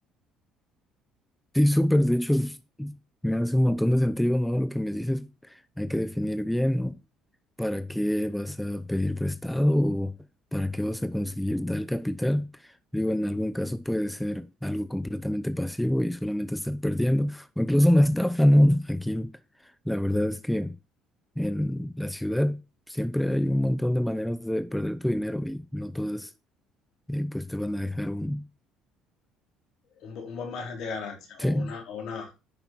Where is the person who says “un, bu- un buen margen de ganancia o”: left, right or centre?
Left